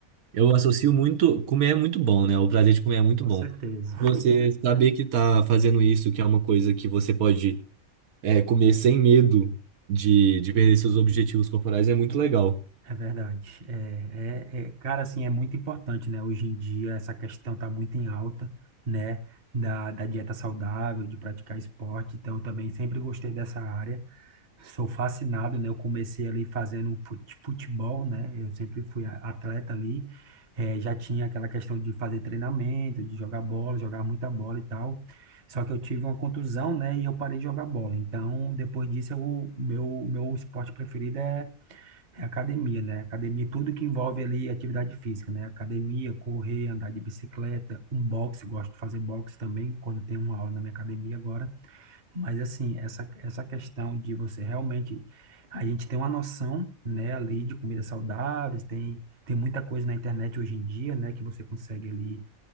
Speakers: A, on the right; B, on the right.
A: eu associo muito, comer é muito bom, né? O prazer de comer é muito
B: com
A: bom.
B: certeza,
A: Você saber que tá fazendo isso, que é uma coisa que você pode é, comer sem medo de, de perder seus objetivos corporais é muito legal.
B: é, é verdade, é, é, é, cara, assim, é muito importante, né, hoje em dia essa questão tá muito em alta, né, da, da dieta saudável, de praticar esporte, então eu também sempre gostei dessa área, Sou fascinado, né? Eu comecei ali fazendo fut- futebol, né? Eu sempre fui a- atleta ali. eh, já tinha aquela questão de fazer treinamento, de jogar bola, jogar muita bola e tal. Só que eu tive uma contusão, né? E eu parei de jogar bola. Então, depois disso, eu, meu, meu esporte preferido é, é academia, né? Academia, tudo que envolve ali atividade física, né? Academia, correr, andar de bicicleta, um boxe. Gosto de fazer boxe também, quando tem uma aula na minha academia agora. Mas assim, essa, essa questão de você realmente, a gente tem uma noção, né, ali de comidas saudáveis, tem, tem muita coisa na internet hoje em dia, né, que você consegue ali